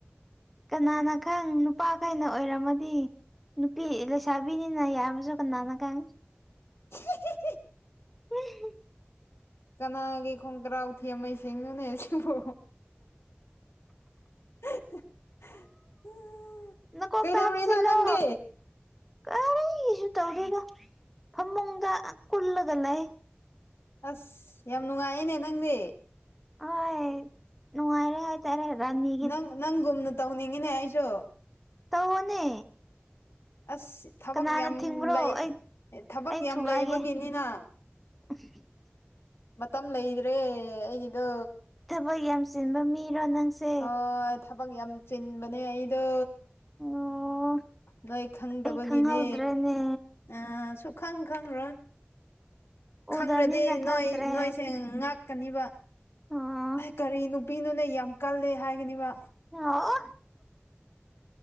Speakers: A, in the centre; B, on the left.
A: ꯀꯅꯥꯅ ꯈꯪ ꯅꯨꯞ ꯅꯨꯄꯥꯈꯩꯅ ꯑꯣꯏꯔꯝꯃꯗꯤ ꯅꯨꯄꯤ ꯂꯩꯁꯥꯕꯤꯅꯤꯅ ꯌꯥꯕꯁꯨ ꯀꯅꯥꯅ ꯈꯪ
B: <unintelligible>
A: <unintelligible>
B: ꯀꯅꯥꯒꯤ ꯈꯣꯡꯒ꯭ꯔꯥꯎ ꯊꯦꯝꯃꯩ ꯏꯁꯤꯡꯅꯣꯅꯦ ꯕꯨ <unintelligible> ꯑꯥ
A: ꯅꯀꯣꯛꯇ
B: ꯀꯩꯗꯧꯔꯤꯅꯣ
A: ꯍꯥꯞꯆꯤꯜꯂꯣ
B: ꯅꯪꯗꯤ
A: ꯀꯔꯤꯁꯨ ꯇꯧꯗꯦꯗ ꯐꯃꯨꯡꯗ ꯑꯥ ꯀꯨꯜꯂꯒ ꯂꯩ
B: ꯑꯁ ꯌꯥꯝ ꯅꯨꯡꯉꯥꯏꯌꯦꯅꯦ ꯅꯪꯗꯤ
A: ꯑꯣꯏꯠ ꯅꯨꯉꯥꯏꯔꯦ ꯍꯥꯏ ꯇꯔꯦ ꯔꯥꯅꯤ
B: ꯅꯪ ꯅꯪꯒꯨꯝꯅ ꯇꯧꯅꯤꯡꯉꯤꯅꯦ ꯑꯩꯁꯨ
A: ꯇꯧꯑꯣꯅꯦ
B: ꯑꯁ ꯊꯕꯛ
A: ꯀꯅꯥꯅ
B: ꯌꯥꯝ
A: ꯊꯤꯡꯕ꯭ꯔꯣ
B: ꯂꯩ
A: ꯑꯩ
B: ꯊꯕꯛ
A: ꯑꯩ
B: ꯌꯥꯝ
A: ꯊꯨꯒꯥꯏꯒꯦ
B: ꯂꯩꯕꯒꯤꯅꯤꯅ
A: <unintelligible>
B: ꯃꯇꯝ ꯂꯩꯗꯔꯦ ꯑꯩꯒꯤꯗꯣ
A: ꯊꯕꯛ ꯌꯥꯝ ꯆꯤꯟꯕ ꯃꯤꯔꯣ ꯅꯪꯁꯦ
B: ꯍꯣꯏ ꯊꯕꯛ ꯌꯥꯝ ꯆꯤꯟꯕꯅꯦ ꯑꯩꯗꯣ ꯗꯣ
A: ꯑꯣ
B: ꯅꯣꯏ ꯈꯪꯗꯕꯒꯤꯅꯦ
A: ꯑꯩ ꯈꯪꯍꯧꯗ꯭ꯔꯦꯅꯦ
B: ꯑꯥ ꯁꯨꯈꯪ ꯈꯪꯔꯣꯏ ꯈꯪꯔꯗꯤ
A: ꯎꯗꯕꯅꯤꯅ
B: ꯅꯣꯏ
A: ꯈꯪꯗ꯭ꯔꯦ
B: ꯅꯣꯏꯁꯦ ꯉꯛ ꯀꯥꯅꯤꯕ
A: ꯑꯣ
B: ꯀꯔꯤ ꯅꯨꯄꯤꯅꯣꯅꯦ ꯌꯥꯝ ꯀꯜꯂꯦ ꯍꯥꯏꯒꯅꯤꯕ
A: ꯑꯣ